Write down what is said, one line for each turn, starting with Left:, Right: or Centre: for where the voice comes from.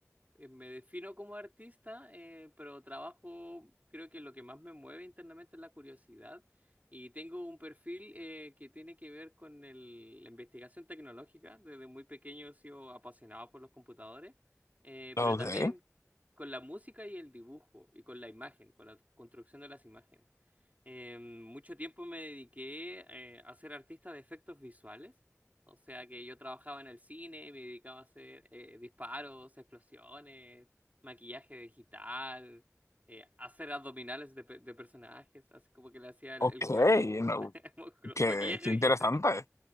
Right: eh, me defino como artista, eh, pero trabajo, creo que lo que más me mueve internamente es la curiosidad. Y tengo un perfil eh, que tiene que ver con el- la investigación tecnológica. Desde muy pequeño he sido apasionado por los computadores, eh,
Left: Ok,
Right: pero también con la música y el dibujo, y con la imagen, con la construcción de las imágenes. Eh, mucho tiempo me dediqué eh, a ser artista de efectos visuales, o sea que yo trabajaba en el cine, me dedicaba a hacer eh, disparos, explosiones, maquillaje digital, eh, hacer abdominales de, pe- de personajes, así como que le hacía el,
Left: ok,
Right: el cuerpo,
Left: no,
Right: <laughs> musculo-
Left: qué,
Right: maquillaje
Left: qué
Right: digital.
Left: interesante.